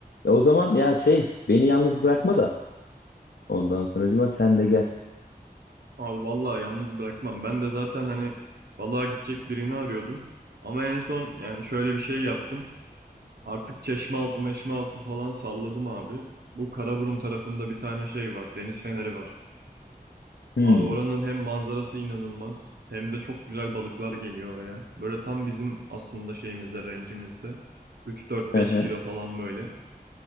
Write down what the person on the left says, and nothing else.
Ya o zaman ya şey beni yalnız bırakma da. Ondan sonracıma sen de gel.
Hmm.
Hı hı.